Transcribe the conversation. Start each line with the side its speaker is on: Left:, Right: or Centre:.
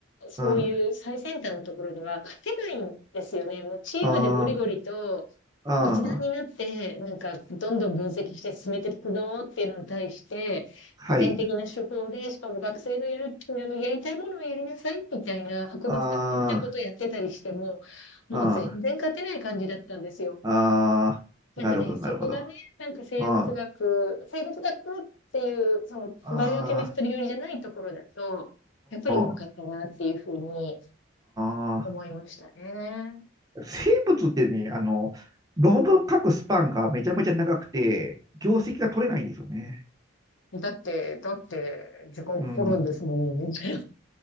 Left: そういう最先端のところには勝てないんですよね。
Right: あ、
Left: もうチームでゴリゴリと、
Right: あー、あー、
Left: 一段になって、なんか、どんどん分析して進めていくぞっていうのに対して、
Right: はい。
Left: 古典的な手法で、しかも学生のやる、あの、やりたいものをやりなさいみたいな博物学的なことをやってたりしても、
Right: あ、
Left: もう全然勝てない感じだったんですよ。
Right: ああー、
Left: なんかね、
Right: なるほど、
Left: そこがね、
Right: なるほど。あ
Left: なんか生物学、
Right: あ、
Left: 生物学っていう、その、
Right: あ
Left: バイオケミストリー寄りじゃないところだと、やっぱりうまかったなっていうふうに
Right: あ、ああああ
Left: 思いましたね。
Right: 生物ってね、あの、論文書くスパンがめちゃめちゃ長くて、業績が取れないんですよね。
Left: だって、だって、時間かかるんですもんね、
Right: うん。
Left: みたい